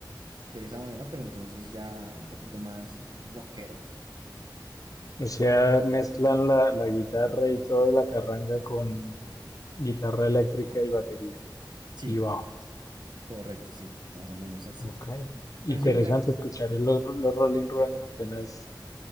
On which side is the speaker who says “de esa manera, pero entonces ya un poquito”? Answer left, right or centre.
Right